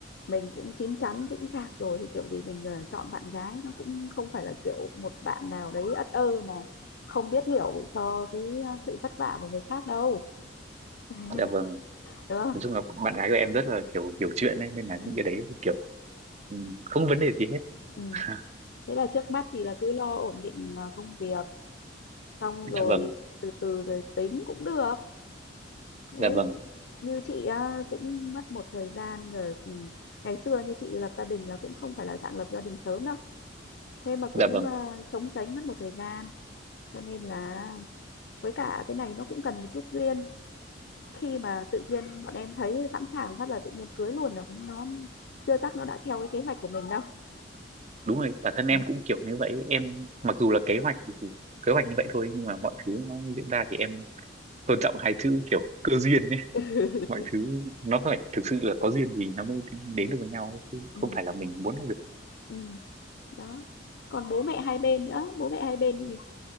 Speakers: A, on the left; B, on the right.
A: mình cũng chín chắn chững chạc rồi thì kiểu gì mình ờ, chọn bạn gái nó cũng không phải là kiểu một bạn nào đấy ất ơ mà không biết hiểu cho cái ờ, sự vất vả của người khác đâu <laughs>
B: dạ vâng
A: đúng không
B: nói chung là bạn gái của em rất là kiểu hiểu chuyện ấy nên là
A: ừ.
B: những cái đấy kiểu ừ, không có vấn đề gì hết
A: Ừ.
B: <laughs>
A: thế là trước mắt thì là cứ lo ổn định ờ, công việc xong
B: dạ
A: rồi
B: vâng
A: từ từ rồi tính cũng được đấy
B: dạ vâng
A: như chị á, cũng mất một thời gian rồi cùng ngày xưa như chị lập gia đình là cũng không phải là dạng lập gia đình sớm đâu thế mà cũng
B: dạ vâng
A: ờ, chống chánh mất một thời gian cho nên là với cả cái này nó cũng cần một chút duyên khi mà tự nhiên bọn em thấy sẵn sàng phát là tự nhiên cưới luôn rồi nó chưa chắc nó đã theo cái kế hoạch của mình đâu
B: đúng rồi bản thân
A: ừ.
B: em cũng kiểu như vậy ấy. em mặc dù là kế hoạch thì thì kế hoạch như vậy thôi nhưng mà mọi thứ nó diễn ra thì em tôn trọng hai chữ kiểu cơ duyên ấy
A: <laughs>
B: mọi thứ nó phải thực sự là có duyên thì nó mới đến được với nhau ấy, chứ không
A: Ừ.
B: phải là mình muốn là được
A: Ừ. đó còn bố mẹ hai bên nữa bố mẹ hai bên thì